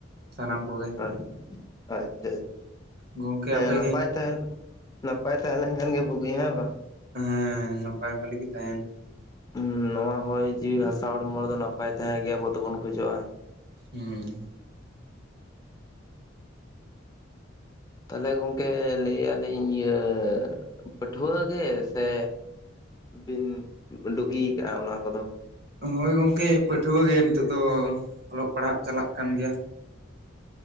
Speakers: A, on the right; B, on the left.
A: ᱥᱟᱱᱟᱢ ᱠᱚ ᱜᱮ?
B: ᱟᱪᱷᱟ ᱟᱪᱷᱟ,
A: ᱜᱚᱝᱠᱮ
B: ᱦᱮᱸ
A: ᱟᱯᱮ
B: ᱱᱟᱯᱟᱭ
A: ᱜᱮ
B: ᱛᱟᱦᱮᱱ ᱱᱟᱯᱟᱭ ᱛᱟᱦᱮᱸ ᱞᱮᱱ ᱠᱷᱟᱱ ᱜᱮ ᱵᱩᱜᱤ ᱦᱮᱸ ᱵᱟᱝ?
A: ᱦᱮᱸ ᱱᱟᱯᱟᱭ ᱵᱷᱟᱞᱤ ᱜᱮ ᱛᱟᱦᱮᱱ,
B: ᱚᱸ ᱱᱚᱣᱟ ᱦᱚᱭ ᱡᱤᱣᱤ ᱦᱟᱥᱟ ᱦᱚᱲᱢᱚ ᱨᱮᱫᱚ ᱱᱟᱯᱟᱭ ᱛᱟᱦᱮᱸ ᱜᱮ ᱟᱵᱚ ᱫᱚᱵᱚᱱ ᱠᱷᱚᱡᱚᱜ-ᱟ᱾
A: ᱦᱩᱸ᱾
B: ᱛᱟᱦᱚᱞᱮ ᱜᱚᱝᱠᱮ ᱞᱟᱹᱭᱮᱜᱟᱞᱤᱧ ᱤᱭᱟᱹ, ᱯᱟᱹᱴᱷᱣᱟᱹ ᱜᱮ ᱥᱮ? ᱵᱤᱱ ᱰᱩᱜᱤ ᱠᱟᱜ-ᱟ ᱚᱱᱟ ᱠᱚ ᱫᱚ?
A: ᱦᱳᱭ ᱜᱚᱝᱠᱮ ᱯᱟᱹᱴᱷᱣᱟᱹ ᱜᱮ ᱱᱤᱛᱚᱜ ᱫᱚ, ᱚᱞᱚᱜ ᱯᱟᱲᱦᱟᱜ ᱪᱟᱞᱟᱜ ᱠᱟᱱ ᱜᱮᱭᱟ᱾